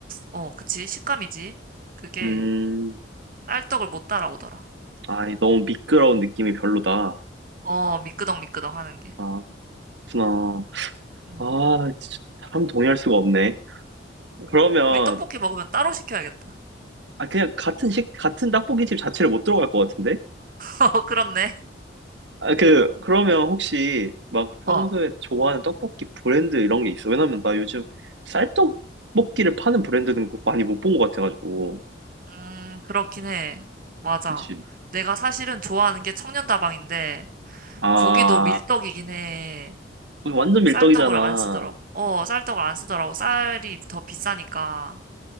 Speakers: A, on the right; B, on the right.
A: 어, 그치 식감이지. 그게
B: 음.
A: 쌀떡을 못 따라오더라.
B: 아, 너무 미끄러운 느낌이 별로다.
A: 어, 미끄덩 미끄덩 하는 게.
B: 아, 그렇구나.
A: 응.
B: 아, 진짜 참 동의할 수가 없네. 그러면,
A: 우리 떡볶이 먹으면 따로 시켜야겠다.
B: 아, 그냥 같은 식, 같은 떡볶이집 자체를 못 들어갈 것 같은데?
A: <laughs> 어, 그렇네.
B: 아, 그, 그러면 혹시 막 평소에
A: 어.
B: 좋아하는 떡볶이 브랜드 이런 게 있어? 왜냐면 나 요즘 쌀떡볶이를 파는 브랜드는 거- 많이 못 본 것 같아가지고.
A: 음, 그렇긴 해. 맞아.
B: 그치?
A: 내가 사실은 좋아하는 게 청년다방인데,
B: 아,
A: 거기도 밀떡이긴 해.
B: 거기 완전
A: 쌀떡을
B: 밀떡이잖아.
A: 안 쓰더라고. 어, 쌀떡을 안 쓰더라고. 쌀이 더 비싸니까.